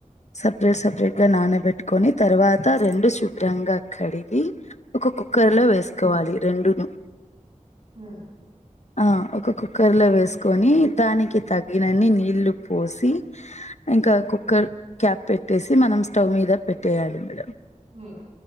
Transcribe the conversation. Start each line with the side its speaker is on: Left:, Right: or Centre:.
Left: సపరేట్ సపరేట్ గా నానబెట్టుకొని తర్వాత రెండు శుభ్రంగా కడిగి ఒక కుక్కర్లో
Right: ఉమ్
Left: వేసుకోవాలి రెండును
Right: ఉమ్
Left: ఆ ఒక కుక్కర్ లో వేసుకొని దానికి తగినన్ని నీళ్లు పోసి ఇంకా
Right: ఉమ్ ఉమ్
Left: కుక్కర్ క్యాప్ పెట్టేసి మనం స్టవ్ మీద పెట్టేయాల మడం
Right: ఉమ్